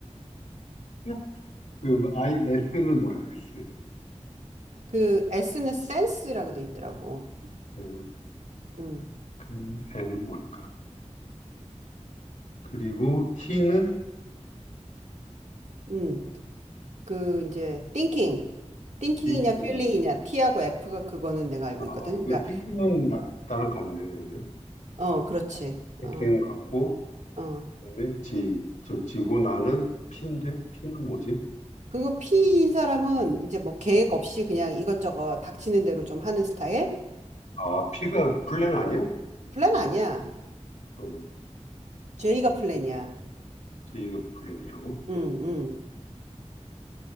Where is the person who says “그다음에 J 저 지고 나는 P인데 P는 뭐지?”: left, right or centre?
Left